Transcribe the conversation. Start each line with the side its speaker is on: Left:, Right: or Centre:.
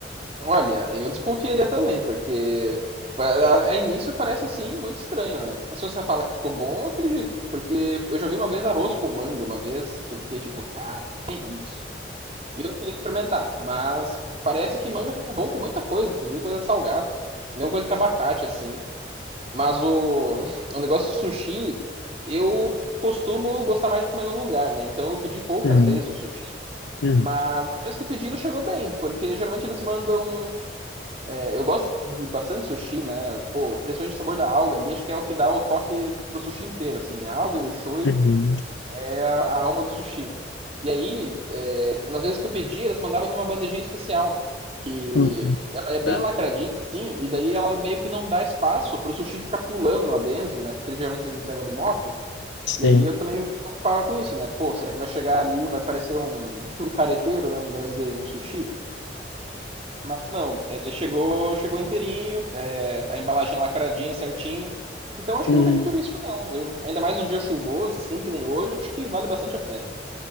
Right: Olha, eu desconfiaria também, porque pa- a a início parece assim muito estranho, né? Mas se você fala que ficou bom, eu acredito. Porque eu já vi uma vez arroz com manga, uma vez, que eu fiquei tipo, cara, que que é isso? E eu não cheguei a experimentar, mas parece que manga fica bom com muita coisa, inclusive coisa salgada. Mesma coisa que abacate, assim. Mas o, <laughs> o negócio do sushi, eu costumo gostar mais de comer no lugar, né? Então eu pedi poucas
Left: Hum,
Right: vezes o sushi,
Left: hum,
Right: mas nas vezes que eu pedi ele chegou bem, porque geralmente eles mandam. Eu gosto de bastante sushi, né? Pô, principalmente o sabor da alga ali, acho que é o que dá o toque pro sushi inteiro, assim. A alga e o shoyu
Left: uhum.
Right: é a, a alma do sushi. E aí, é, nas vezes que eu pedi, eles mandavam numa bandejinha especial, que
Left: Uhum.
Right: ela é bem
Left: Tá.
Right: lacradinha, assim, e daí ela meio que não dá espaço pro sushi ficar pulando lá dentro, né? Porque geralmente eles entregam de moto.
Left: Sim.
Right: E aí eu também me preocupava com isso, né? Pô, será que vai chegar ali, vai parecer um, <laughs> um careteiro, né? Ao invés de um sushi? Mas não, ele chegou, chegou inteirinho, é, a embalagem lacradinha, certinha. Então acho
Left: Uhum.
Right: que não tem muito risco não, viu? Ainda mais um dia chuvoso, assim, que nem hoje, acho que vale bastante a pena.